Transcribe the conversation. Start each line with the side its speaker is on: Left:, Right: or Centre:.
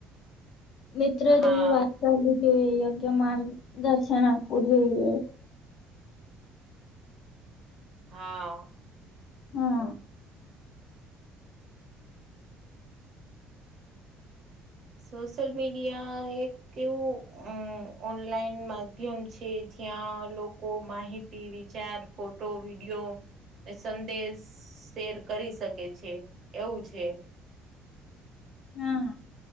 Left: મિત્ર
Right: હા
Left: જેવી વાત કરવી જોઈએ યોગ્ય માર્ગદર્શન આપવું જોઈએ
Right: હા
Left: હા
Right: હ સોશિયલ મીડિયા એક કેવું ઓનલાઈન મા માધ્યમ છે જ્યાં લોકો માહિતી વિચાર ફોટો વિડીયો ને સંદેશ શેર કરી શકે છે એવું છે
Left: હા